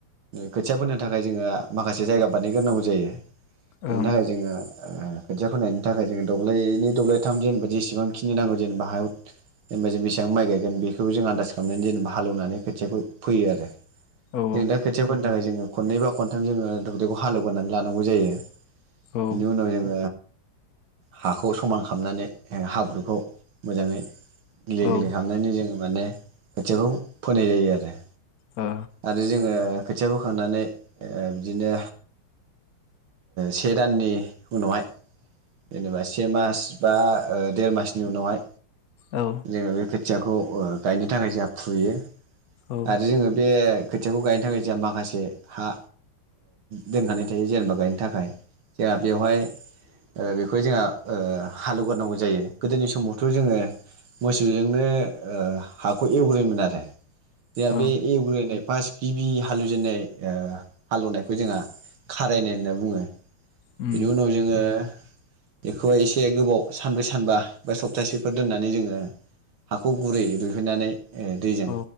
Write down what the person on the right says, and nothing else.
खोथिया फोनो थाखाय जोङो माखासे जायगा बानायहग्रोनांगौ जायो बेनि
थाखाय जोङो ओ खोथिया फोनायनि थाखाय जोङो दब्लायनि दब्लायथाम जेनेबा जेसेबां खिनि नांगौ जेनेबा हायाव जेनेबा जों बेसेबां माइ गायगोन बेखौ जों आन्दाज खालामनानै जेनेबा हाल एवनानै खोथियाखौ फोयो आरो
जों दा खोथिया फोनो जोङो खनै बा खनथाम जोङो दुब्लिखौ हाल एवगोननानै लानांगौ जायो
बिनि उनाव हाखौ समान खालामनानै हाब्रुखौ मोजाङै गेलै
गलै हाबनायनि जोङो माने खोथियाखौ फोनाय जायो आरो
आरो जोङो खोथिया बोखांनानै बिदिनो से दाननि उनावहाय जेनेबा से मास बा देरमासनि बिनि उनावहाय
जोङो बे खोथियाखौ गायनो थाखाय जों फुयो
आरो जोङो बे खोथियाखौ गायनो थाखाय जोंहा माखासे हा दोनखानाय थायो जेनेबा गायनो थाखाय जोंहा बेवहाय बेखौ जोंहा हालेवगोरनांगौ जायो गोदोनि समावथ' जोङो मोसौजोंनो हाखौ एवग्रोयोमोन आरो दे बे
एग्रैनाय फार्सत गिबि हालौवजेननाय हालौवनायखौ जोंहा खारायनाय होनना बुङो
बेनि उनाव जोङो बेखौहाय एसे गोबाव सानब्रै सानबा बा सप्तासेफोर दोननानै जोङो हाखौ गुरै रुहैनानै दैजों